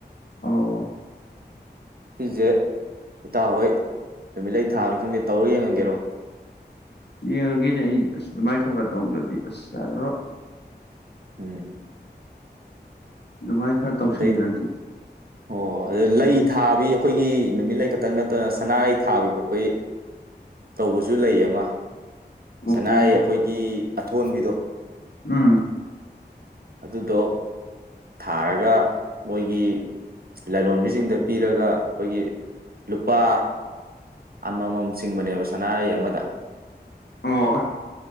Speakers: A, on the left; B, on the right.
A: ꯑꯣ
B: ꯁꯤꯁꯦ ꯏꯇꯥꯎ ꯍꯣꯏ ꯅꯨꯃꯤꯠ ꯂꯩꯩ ꯊꯥꯅꯤ ꯈꯪꯗꯦ ꯇꯧꯔ ꯌꯦꯡꯉꯥꯒꯦꯔꯣ
A: ꯌꯦꯡꯉꯒꯅꯦ ꯑꯩ ꯑꯁ ꯑꯗꯨꯃꯥꯏꯅ ꯈꯔ ꯈꯔ ꯇꯧꯗ꯭ꯔꯗꯤ ꯑꯁ ꯌꯥꯔꯔꯣꯏ
B: ꯎꯝ
A: ꯑꯗꯨꯃꯥꯏꯅ ꯈꯔ ꯇꯧꯁꯤꯟꯗ꯭ꯔꯗꯤ
B: ꯑꯗꯩ ꯑꯣ ꯑꯗꯨꯗ ꯂꯩ ꯊꯥꯕꯤ ꯑꯩꯈꯣꯏꯒꯤ ꯅꯨꯃꯤꯠꯂꯩ ꯈꯛꯇꯪ ꯅꯠꯇꯅ ꯁꯅꯥꯔꯩ ꯊꯥꯕꯤ ꯈꯣꯠꯄꯒꯤ ꯇꯧꯕꯁꯨ ꯂꯩ ꯑꯃ
A: ꯑꯣ
B: ꯁꯅꯥꯔꯩ ꯑꯩꯈꯣꯏꯒꯤ ꯑꯊꯣꯟꯕꯤꯗꯣ
A: ꯎꯝ
B: ꯑꯗꯨꯗꯣ ꯊꯥꯔꯒ ꯃꯣꯏꯒꯤ ꯂꯥꯏꯂꯣꯟꯕꯤꯁꯤꯡꯗ ꯄꯤꯔꯒ ꯑꯩꯈꯣꯏꯒꯤ ꯂꯨꯄꯥ ꯑꯃ ꯑꯃꯝ ꯆꯤꯡꯕꯅꯦꯕ ꯁꯅꯥꯔꯩ ꯑꯃꯗ
A: ꯑꯣ